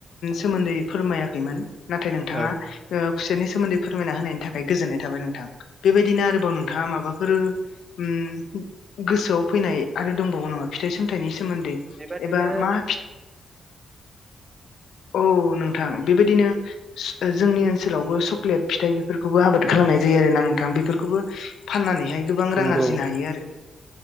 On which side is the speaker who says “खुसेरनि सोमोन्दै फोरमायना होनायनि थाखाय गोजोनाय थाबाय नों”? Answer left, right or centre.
Left